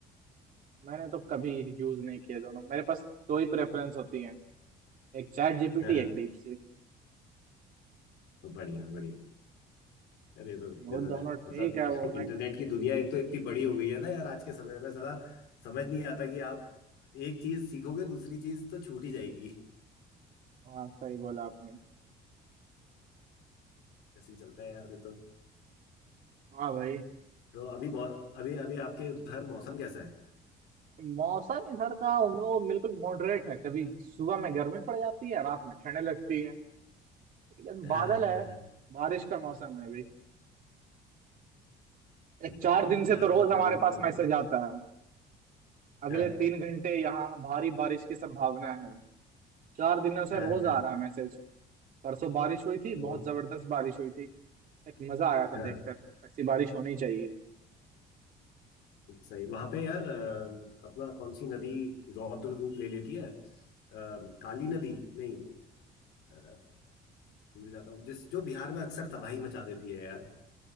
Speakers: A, on the right; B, on the left.
A: मैंने तो कभी यूज नहीं किया दोनों मेरे पास दो ही प्रेफरेंस होती है एक चैट जीपीटी
B: हाँ हाँ
A: एक डीप सीक
B: बढ़िया बढ़िया अरे ये तो
A: वो
B: गजब
A: दोनों
B: है मतलब
A: ठीक है वो मैं
B: <laughs> इंटरनेट की दुनिया एक तो इतनी बड़ी हो गई है ना यार आज के समय में साला समझ नहीं आता कि आप एक चीज सीखोगे दूसरी चीज तो छूट ही जाएगी
A: हाँ सही बोला आपने
B: ऐसे ही चलता है यार ये तो
A: हाँ भाई
B: तो अभी बहुत अभी अभी आपके उधर मौसम कैसा है
A: मौसम इधर का उन लोगों को बिल्कुल मॉडरेट है कभी सुबह में गर्मी पड़ जाती है रात में ठंड लगती है इधर
B: हाँ
A: बादल
B: हाँ
A: है
B: हाँ हाँ
A: बारिश का मौसम है अभी एक
B: बढ़िया
A: चार
B: है
A: दिन
B: यार
A: से
B: यहाँ
A: तो रोज
B: तो गर्म
A: हमारे
B: हो रहा
A: पास
B: है
A: मैसेज
B: तो
A: आता है अगले
B: हाँ
A: तीन घंटे यहाँ भारी बारिश की संभावना है चार दिनों से
B: हाँ
A: रोज
B: हाँ
A: आ रहा है मैसेज परसों बारिश हुई थी
B: तो
A: बहुत जबरदस्त बारिश हुई थी एक मजा आया था
B: हाँ
A: देखकर ऐसी बारिश होनी चाहिए
B: सही वहां पे यार अ, अपना कौन सी नदी रौद्र रूप ले लेती है अ, काली नदी नहीं अ, भूल जाता हूँ जिस जो बिहार में अक्सर तबाही मचा देती है यार